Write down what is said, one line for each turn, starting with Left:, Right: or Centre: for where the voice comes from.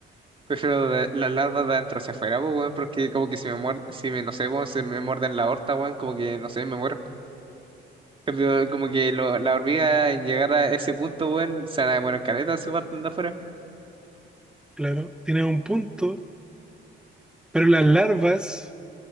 Right: prefiero de- las larvas de adentro hacia afuera, po, weón, porque como que si me muer- si me, no sé, po, si me muerden la horta, weón, como que, no sé, me muero. En cambio, Como que lo- la hormiga en llegar a ese punto, weón, se van a demorar caleta, se parten de afuera.
Centre: Claro, tienes un punto, pero las larvas